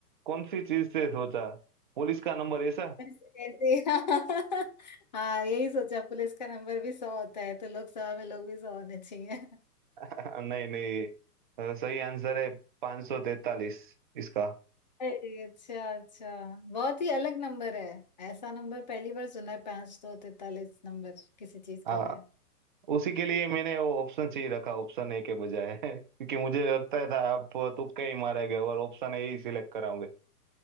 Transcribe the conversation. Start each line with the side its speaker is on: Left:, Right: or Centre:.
Right: कौन सी चीज से सोचा पुलिस का नंबर ऐसा
Left: बस
Right: <laughs>
Left: ऐसे हाँ <laughs> हाँ, यही सोचा पुलिस का नंबर भी सौ होता है तो लोकसभा में लोग भी सौ होने चाहिए
Right: नहीं नहीं अ, सही आंसर है 543 इसका
Left: अरे अच्छा अच्छा बहुत ही अलग नंबर है ऐसा नंबर पहली बार सुना है पाँच सौ तैतालीस नंबर किसी चीज
Right: आ,
Left: के लिए
Right: उसी के लिए मैंने वो ऑप्शन सी रखा ऑप्शन ए के बजाय <laughs> क्योंकि मुझे लगता था आप तुक्के ही मारेंगे और ऑप्शन ए ही सिलेक्ट कराओगे